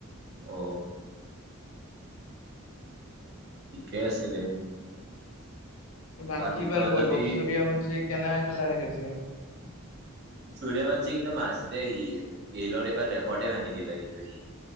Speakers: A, on the right; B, on the left.
A: অ ঠিকে আছে দে?
B: বাকি,
A: বাকী
B: এইবাৰ
A: তই
B: বৈভৱ
A: যদি
B: চুৰীয়াৱঞ্চিক কেনেকা ফালে ৰাখিছে।
A: চুৰীয়াৱঞ্চি কিন্তু মাৰছে দে সি। গেইলৰ এইবাৰ ৰেকৰ্ডে ভাঙি দিলে কিন্তু সি।